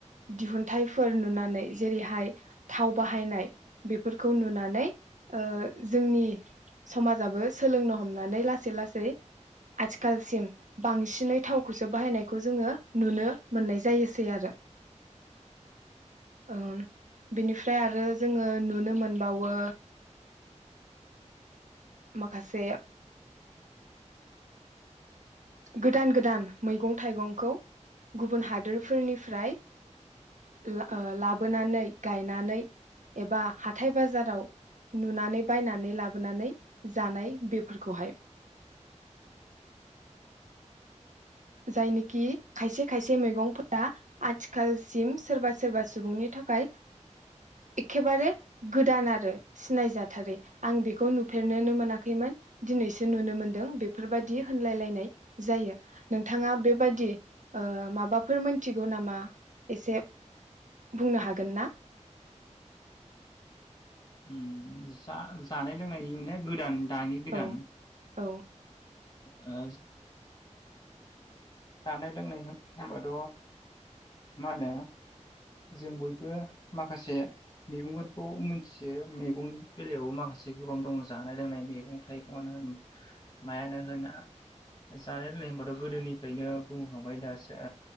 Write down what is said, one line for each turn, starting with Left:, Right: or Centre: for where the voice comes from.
Right: दिहुनथाइफोर नुनानै जेरैहाय थाव बाहायनाय बेफोरखौ नुनानै ओ जोंनि समाजाबो सोलोंनो हमनानै लासै-लासै आथिखालसिम बांसिनै थावखौसो बाहायनायखौ जोङो। नुनो मोननाय जायोसै आरो। ओम बेनिफ्राय आरो जोङो नुनो मोनबावो, माखासे गोदान-गोदान मैगं-थाइगंखौ, गुबुन हादोरफोरनिफ्राय लाबोनानै गायनानै एबा हाथाय बाजाराव नुनानै बायनानै लाबोनानै जानाय बेफोरखौहाय। जायनिखि खायसे-खायसे मैगंफोरा, आथिखालसिम सोरबा-सोरबा सुबुंनि थाखाय एखेबारे गोदान आरो। सिनायजाथारै आं बेखौ नुफेरनोनो मोनाखैमोन दिनैसो नुनो मोनदों बेफोरबायदि होनलायलायनाय जायो। नोंथाङा बेबायदि ओ माबाफोर मोनथिगौ नामा? एसे? बुंनो हागोन ना? <inaudible>
Left: ओम जा जानाय लोंनायनि ना गोदान? दानि गोदान
Right: औ औ
Left: ओ जानाय-लोंनाय होनबाथ' मा होनो जों बयबो माखासे मैगंफोरखौ मोनथियो मैगंनि बेलायावबो माखासे गोबां दंङ जानाय लोंनाय मैगं-थाइगंवानो होन मायानो होना जानाय लोंनाय होनबाथ' गोदोनि ओैनो बुंखांबाय दासो